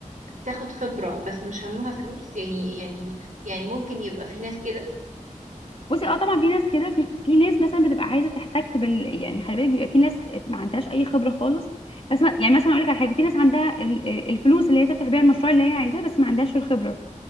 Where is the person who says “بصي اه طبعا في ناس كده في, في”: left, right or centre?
Left